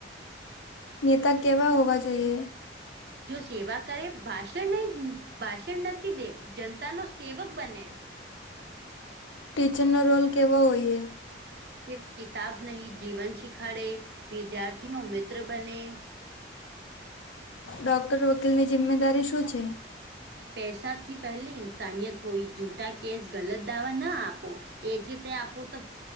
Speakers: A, on the left; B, on the right.
A: નેતા કેવા હોવા જોઈએ.
B: જો સેવા કરે ભાષણ નહી ભાષણ નથી દે જનતા નો સેવક બને
A: ટીચર ન રોલ કેવાો હોઈએ
B: સિર્ફ કિતાબ નહીં જીવન શીખાડે વિદ્યાર્થી નો મિત્ર બને
A: ડોક્ટર વકીલ ની જિમ્મેદારી શું છે.
B: પૈસાથી પહેલી ઇન્સાનિયત હોય જૂઠા કેસ ગલત દાવા ના આપો. એ જતે આપું તો